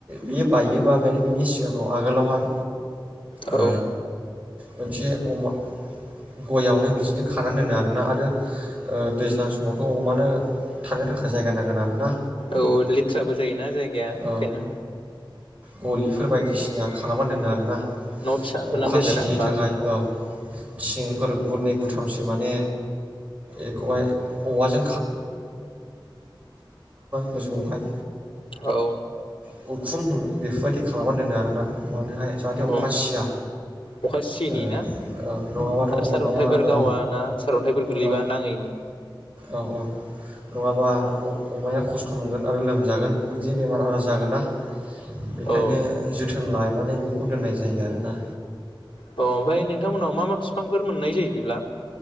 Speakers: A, on the right; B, on the left.
A: बियो बायगोन बा बेनो बिनि सिगाङाव आगोलावहाय
B: औ
A: ओ मोनसे अमा गयावनो बिदिनो खानानै दोनो आरोना आरो ओ दैज्लां समावथ' अमानो थानो थाखाय जायगा नांगोन आरो ना
B: औ लेथ्राबो जायोना जायगाया ओंखायनो
A: औ गलिफोर बायदिसिना खालामना दोनो आरो ना
B: न' फिसा लुनानै
A: अखा
B: दोनो
A: सियैनि
B: ना होमबा
A: थाखाय औ थिंफोर गुरनै गुथामसो माने एखौहाइ औवाजो गोजौआवहाय
B: औ
A: ओ उखुम बेफोरबायदि खालामनानै दोनो आरोना अमानोहाय जाहाथे अखा
B: औ
A: सिया
B: अखा सियैनि
A: ओ
B: ना
A: ओ नङाबाथ'
B: आरो सारअन्थाइफोर
A: अमाया
B: गावा
A: ओ
B: ना सारअन्थाइफोर गोलैबा
A: ओ
B: नाङैनि
A: औ औ नङाबा अ-अमाया खस्थ' खस्थ' मोनगोन आरो लोमजागोन बिदिनो बेमार आजार जागोना बेखायनो
B: औ
A: जोथोन लानानै बेखौ दोननाय जायो आरो ना
B: अ ओमफ्राय नोंथांमोननाव मा मा फिफांफोर मोननाय जायो बिब्ला